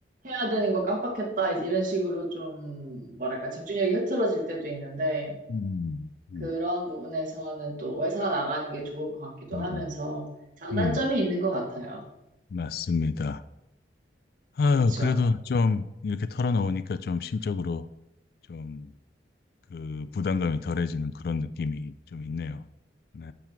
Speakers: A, on the right; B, on the left.
A: 해야 되는 거 깜빡했다, 이제 이런 식으로 좀, 뭐랄까, 집중력이 흐트러질 때도 있는데,
B: 음, 음,
A: 그런 부분에서는 또 회사 나가는 게 좋은 것 같기도
B: 음,
A: 하면서 장단점이
B: 음.
A: 있는 것 같아요.
B: 맞습니다. 아유,
A: 그쵸.
B: 그래도 좀 이렇게 털어놓으니까 좀 심적으로 좀 그 부담감이 덜해지는 그런 느낌이 좀 있네요. 네.